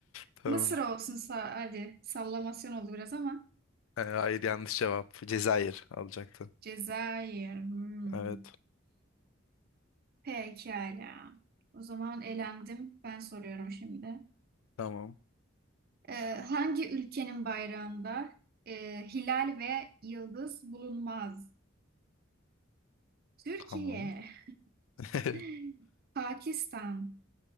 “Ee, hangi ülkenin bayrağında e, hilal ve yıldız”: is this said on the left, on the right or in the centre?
Right